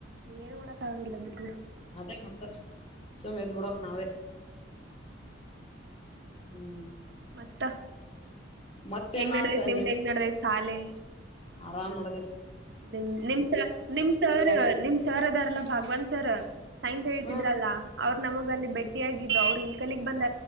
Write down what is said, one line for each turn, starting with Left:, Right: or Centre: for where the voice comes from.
Right: ಏನ್ ಮಾಡಕ್ ಆಗಂಗಿಲ್ಲ ಬಿಟ್ಟರು
Left: ಅದೇ ಮತ್ತ ಸುಮ ಇದದು್ ಬಿಡಕ್ ನಾವೇ
Right: ಹ್ಮ
Left: ಹ್ಮ್
Right: ಮತ್ತ
Left: ಮತ್ತೇನ್
Right: ಹೆಂಗ್ ನಡದೈತ್
Left: ಆತ
Right: ನಿಮ್ದ್
Left: ನೀವ್
Right: ಹೆಂಗ್ ನಡದೈತ್ ಶಾಲೆ
Left: ಆರಾಮ್ ಮಾಡದೇ
Right: ನಿಮ ನಿಮ್ ಸ ನಿಮ್ ಸರ್
Left: ಶಾಲೆ
Right: ನಿಮ್ ಸರ್ ಅದಾರಲ್ಲ ಭಾಗವಾನ್ ಸರ್ ಸೈನ್ಸ್ ಹೇಳ್ತಿದ್ರಲ್ಲಾ
Left: ಹ್ಮ್
Right: ಅವ್ರ ನಮಗ ಅಲ್ಲಿ ಭಟ್ಟಿಿಯಾಗಿದ್ರು ಅವ್ರು ಇಲ್ ಕಲಿಗ್ ಬಂದ